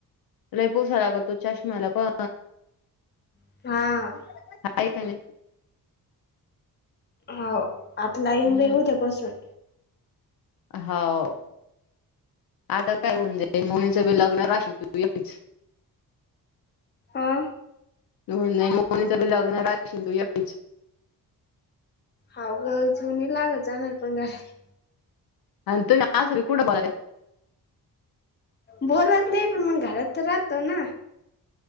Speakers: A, on the left; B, on the left.
A: लई पूसा लागत तो चष्माला <unintelligible> का
B: हा
A: <unintelligible> हाय का नाही?
B: हो आता लाईन
A: हम्म
B: दे ऊद्यापसून
A: हाव आता काय होऊन जाईल मुनीचं लग्न राहशील तू एकटीच
B: हो
A: न बोल्ले मोनीच बी लग्न राखशील तू एकटीच
B: हाव ग जुनी लागत जाणार पण घरात
A: आणि तुम्ही सरी कुठ बोलला <unintelligible>
B: बोलत नाही, पण हमग घरात तर राहतो ना